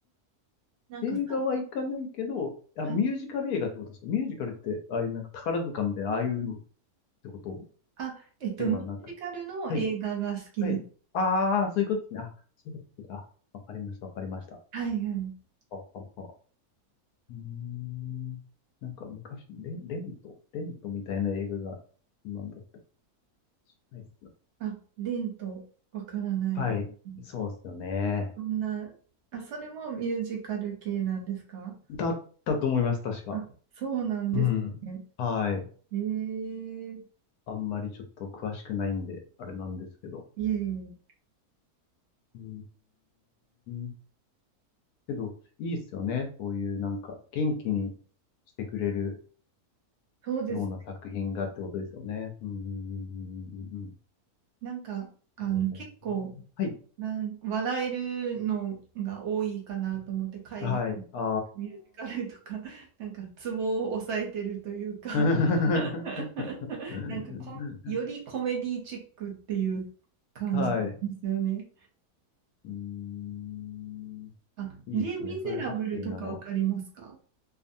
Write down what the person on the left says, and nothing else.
映画は行かないけど、あ、
ミュージカル映画ってことですかミュージカルって、ああいうなんか宝塚みたいな、ああいうのてこと
ではなく。
はい。はい。ああ、そういうことですね。あ、そういうことですね。あ、わかりました、わかりました。
あ、あ、あ。うーん。なんか昔、レ、レント、レントみたいな映画が、なんだったりしないっすね
はい。そうですよね。
だったと思います、確か。
うん。はい。
あんまりちょっと詳しくないんで、あれなんですけど。
うーん。けど、いいっすよね。そういうなんか、元気にしてくれる
ような作品がってことですよね。うんうんうんうんうんうん。
そうだよね。
はい。
はい。あ
あ。<laughs>
はい。うーん。
いいですね。
そういうハッピーなの。